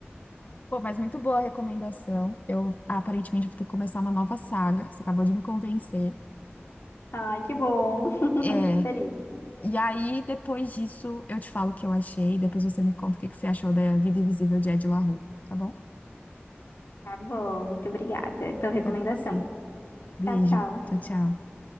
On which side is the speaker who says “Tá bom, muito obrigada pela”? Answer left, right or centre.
Left